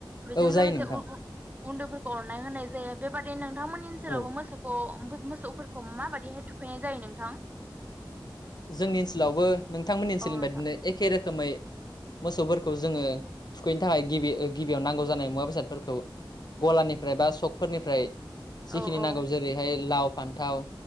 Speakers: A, on the right; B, on the left.
A: बेजों
B: औ जायो
A: लोगोसे
B: नोंथां
A: उन उन उन्दैफोरखौ अननाय होनाय जायो बेबादि नोंथांमोननि ओनसोलावबो
B: औ
A: मोसौखौ मोसौफोरखौ माबादिहाय थुखैनाय जायो नोंथां?
B: जोंनि ओनसोलावबो नोंथांमोननि ओनसोलनि
A: औ नोंथां
B: बायदिनो एखे रोखोमै मोसौफोरखौ जोङो थुखैनो थाखाय गिबि गिबियाव नांगौ जानाय मुवा बेसादफोरखौ गलानिफ्राय बा सकफोरनिफ्राय जिखिनि
A: औ औ
B: नांगौ जेरैहाय लाव फान्थाव